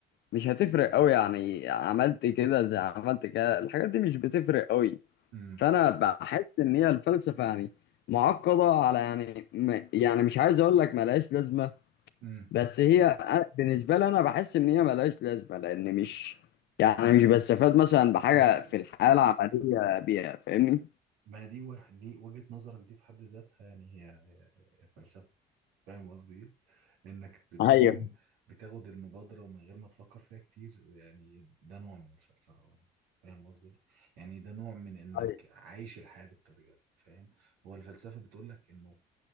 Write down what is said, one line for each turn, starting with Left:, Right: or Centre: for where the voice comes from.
Left: مش هتفرق قوي يعني عملت كده زي عملت كده الحاجات دي مش بتفرق قوي
Right: امم
Left: فانا بحس ان هي الفلسفه يعني معقده على يعني م- يعني مش عايز اقول لك ملهاش لازمه
Right: امم
Left: بس هي أ- بالنسبه لي انا بحس ان هي ملهاش لازمه لان مش يعني مش بستفاد مثلا بحاجه
Right: ما
Left: في الحياه العمليه بيها فاهمني
Right: ما دي وح... دي وجهة نظرك دي في حد ذاتها يعني هي هي- هي فلسفة فاهم قصدي إيه؟ انك بتكون
Left: ايوه
Right: بتاخد المبادرة من غير ما تفكر فيها كتير يعني ده نوع من الفلسفة يعني فاهم قصدي إيه؟ يعني ده نوع من انك
Left: ايوه
Right: عايش الحياة بالطريقة دي فاهم هو الفلسفة بتقول لك انه